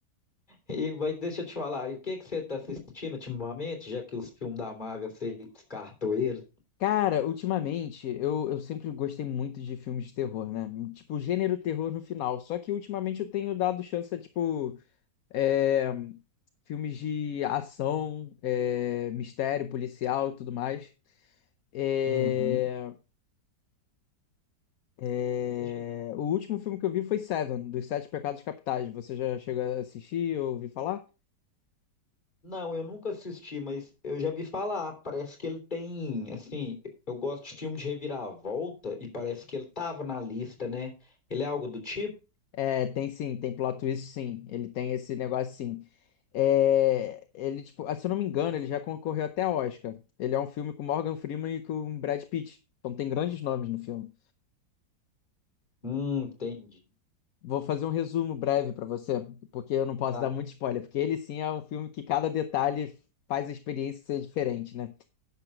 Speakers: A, on the left (about 25°); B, on the left (about 60°).
A: E vai, deixa eu te falar, e o que que você está assistindo ultimamente, já que os filmes da Marvel você descartou ele?
B: Cara, ultimamente, eu, eu sempre gostei muito de filmes de terror, né? Tipo, gênero terror no final. Só que ultimamente eu tenho dado chance a, tipo. é, filmes de ação, é, mistério, policial e tudo mais. É,
A: Uhum.
B: é,
A: Deixa...
B: o último filme que eu vi foi Seven, dos Sete Pecados Capitais. Você já chegou a assistir ou ouvir falar?
A: Não, eu nunca assisti, mas eu já vi falar. Parece que ele tem, assim, eu gosto de filme de reviravolta e parece que ele tava na lista, né? Ele é algo do tipo?
B: É, tem sim, tem plot twist sim. Ele tem esse negócio sim. É, ele, tipo, ah, se eu não me engano, ele já concorreu até a Oscar. Ele é um filme com Morgan Freeman e com Brad Pitt. Então tem grandes nomes no filme.
A: Hum, entendi.
B: Vou fazer um resumo breve pra você, porque eu não posso
A: Tá
B: dar muito spoiler, porque ele sim é um filme que cada detalhe faz a experiência ser diferente, né?